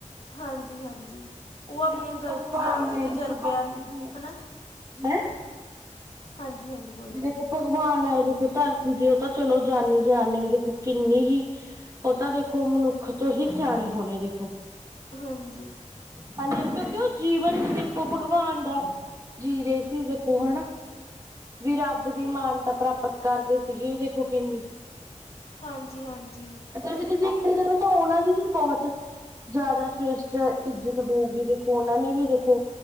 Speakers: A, on the left; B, on the right.
A: ਹਾਂਜੀ-ਹਾਂਜੀ। ਓ
B: ਸਿਰਫ
A: ਆਪਣੀਆਂ ਗਲਤੀਆਂ
B: ਭਗਵਾਨ
A: ਤੇ
B: ਆਏ
A: ਤਜਰਬੇ
B: ਦੇਖੋ ਧਰਤੀ ਤੇ
A: ਹਨਾ?
B: ਹੈਂ।
A: ਹਾਂਜੀ-ਹਾਂਜੀ ਬੋਲੋ?
B: ਵੀ ਦੇਖੋ ਭਗਵਾਨ ਆਏ ਦੇਖੋ ਧਰਤੀ ਦੇਓ ਤਾਂ ਚਲੋ ਜਾਨੀ ਜਾਨ ਨੇ ਵੀ ਦੇਖੋ ਕਿੰਨੀ ਹੀ ਓਤਾਂ ਦੇਖੋ ਮਨੁੱਖ ਤੋਂ ਹੀ ਸਿਆਣੇ ਹੋਣੇ ਦੇਖੋ।
A: ਹਾਂਜੀ।
B: ਹਾਂਜੀ ਕਿਉਂਕਿ ਓ ਜੀਵਨ ਈ ਦੇਖੋ ਭਗਵਾਨ ਦਾ ਜੀ ਰਹੇ ਸੀ ਦੇਖੋ ਹਨਾ। ਵੀ ਰੱਬ ਦੀ ਮਾਨਤਾ ਪ੍ਰਾਪਤ। ਕਰਦੇ ਸੀਗੇ ਦੇਖੋ ਕਿੰਨੀ।
A: ਹਾਂਜੀ ਹਾਂਜੀ
B: ਵਿੱਚ ਦੇਖਿਆ ਜਾਵੇ ਤਾਂ ਓਨਾਂ ਦੀ ਹੀ ਬਹੁਤ ਜ਼ਿਆਦਾ ਸ੍ਰੇਸ਼ਟ ਇੱਜਤ ਹੋਊਗੀ ਦੇ ਓਨਾਂ ਨੂੰ ਵੀ ਦੇਖੋ